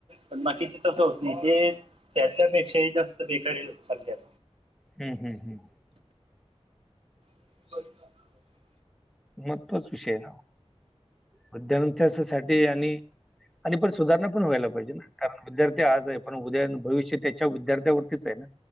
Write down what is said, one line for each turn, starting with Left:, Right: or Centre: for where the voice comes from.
Right: पण, बाकीची तसं होत नाही ते त्याच्यापेक्षाही, जास्त बेकारी होत चालली आहे.
Centre: हम्म.. हम्म.. हम्म
Right: <unintelligible>
Centre: मग, तोच विषय आहे ना. हो त्यांच्यासाठी आणि आणि पण सुधारणा पण व्हायला पाहिजे ना. कारण विद्यार्थी आज आहे, पण उद्या अन भविष्य त्याच्या विद्यार्थ्यावरतीच आहे. ना